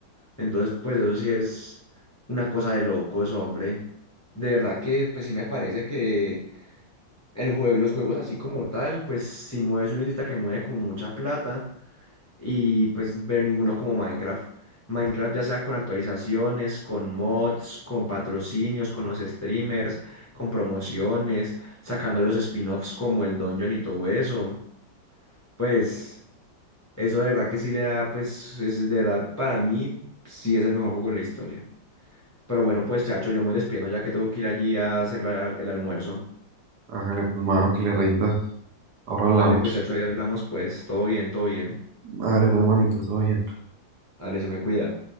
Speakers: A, on the left; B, on the right.
A: Entonces, pues eso sí es una cosa de locos, hombre. De verdad que pues sí me parece que el juego, y los juegos así como tal, pues si mueves una industria que mueve como mucha plata y pues pero ninguno como Minecraft. Minecraft ya sea con actualizaciones, con mods, con patrocinios, con los streamers, con promociones, sacando los spin-offs como el Dungeon y todo eso. Pues eso de verdad que sí le da, pues es de verdad para mí sí es el mejor juego de la historia. Pero bueno, pues chacho, yo me voy despidiendo ya que tengo que ir allí a hacer la- el almuerzo.
B: hágale pues mano que le rinda. Ahora hablamos.
A: Dale, pues chacho, ahí hablamos pues, todo bien, todo bien.
B: Hágale pues manito, todo bien.
A: Ale, se me cuida.